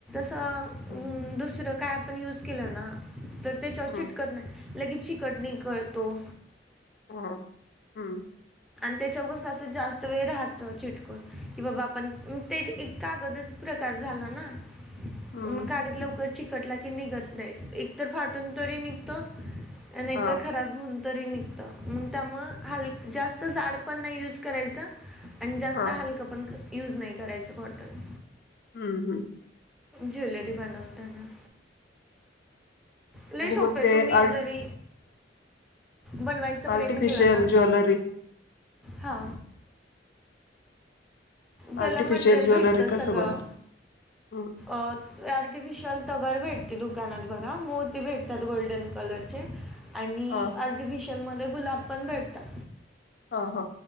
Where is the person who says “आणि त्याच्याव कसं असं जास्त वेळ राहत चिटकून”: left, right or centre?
Centre